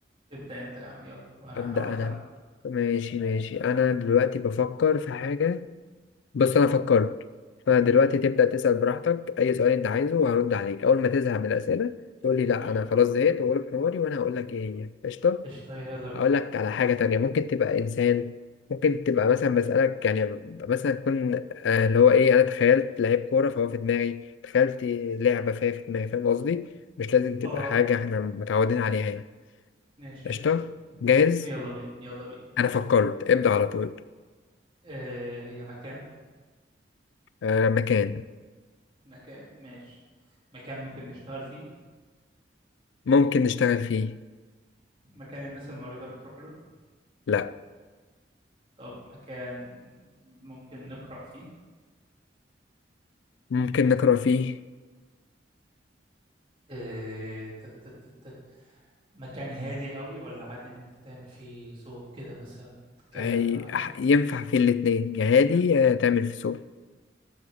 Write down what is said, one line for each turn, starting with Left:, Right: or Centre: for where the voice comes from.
Right: ابدأ انت يا عم يلا وانا
Left: أبدأ
Right: احاول اخمن
Left: أنا ماشي ماشي أنا دلوقتي بفكر في حاجة بص أنا فكرت فدلوقتي
Right: امم
Left: تبدأ تسأل براحتك أي سؤال أنت عايزه وهرد عليك أول ما تزهق من الأسئلة تقول لي لأ
Right: امم
Left: أنا خلاص زهقت وأقول حواري وأنا هقول لك إيه هي قشطة
Right: قشطة يلا بينا
Left: أقول لك على حاجة تانية ممكن تبقى إنسان ممكن تبقى مثلا بسألك يعني مثلا تكون آه، اللي هو إيه أنا تخيلت لعيب كورة فهو في دماغي تخيلت لعبة فهي في دماغي فاهم قصدي مش لازم تبقى
Right: اه
Left: حاجة إحنا متعودين عليها يعني
Right: ماشي
Left: قشطة
Right: قشطة
Left: جاهز
Right: يلا بينا يلا بينا
Left: أنا فكرت ابدأ على طول
Right: آه هي مكان
Left: آه مكان
Right: مكان ماشي مكان ممكن نشتغل فيه
Left: ممكن نشتغل فيه
Right: مكان الناس المريضة بتروح له
Left: لأ
Right: طب مكان ممكن نقرأ فيه
Left: ممكن نقرأ فيه
Right: إيه... ت- ت- ت- ت- مكان هادي قوي ولا عادي ان انت تعمل فيه صوت كده مثلا تتكلم
Left: أي
Right: براحتك
Left: أح- ينفع فيه الاتنين جهادي آه تعمل في سوق